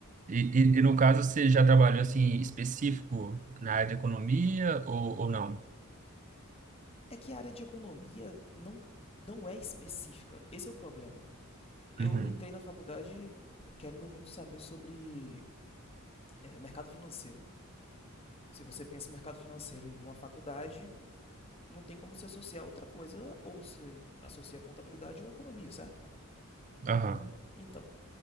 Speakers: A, on the right; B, on the left.
A: E, e, e no caso, você já trabalhou assim específico na área de economia ou, ou não?
B: É que a área de economia não, não é específica. Esse é o problema. Eu
A: Uhum.
B: entrei na faculdade querendo muito saber sobre é, mercado financeiro. Se você pensa em mercado financeiro e uma faculdade, não tem como se associar a outra coisa, ou se associar a contabilidade ou a economia, certo?
A: Aham.
B: Então,